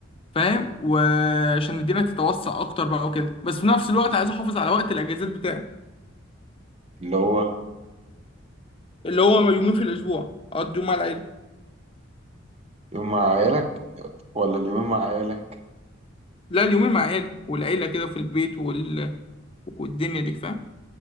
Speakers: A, on the left; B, on the right.
A: فاهم وعشان الدنيا تتوسع اكتر بقى وكده بس في نفس الوقت عايز احافظ على وقت الاجازات بتاعي
B: اللي هو
A: اللي هو يومين في الاسبوع اقضي يوم مع العيله
B: يوم مع عيالك ولا اليومين مع عيالك
A: لا اليومين مع عيالي والعيله كده في البيت وال... والدنيا دي فاهم